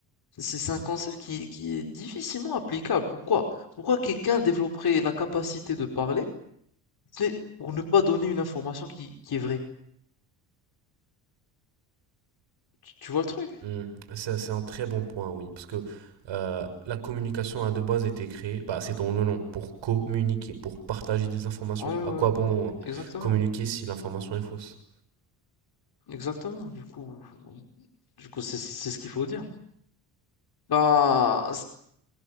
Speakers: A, on the left; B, on the right.
A: c'est c'est un concept qui, qui est difficilement applicable. Pourquoi? Pourquoi quelqu'un développerait la capacité de parler, c'est pour ne pas donner une information qui, qui est vraie? Tu, tu vois le truc?
B: Hmm. Ça, C'est un très bon point, oui. Parce que euh, la communication a de base été créée, bah, c'est dans le nom, pour communiquer, pour partager des informations.
A: Ouais,
B: À
A: ouais,
B: quoi bon
A: exactement.
B: communiquer si l'information est fausse?
A: Exactement. Du coup, Du coup, c'est c'est ce qu'il faut dire. Bah, c-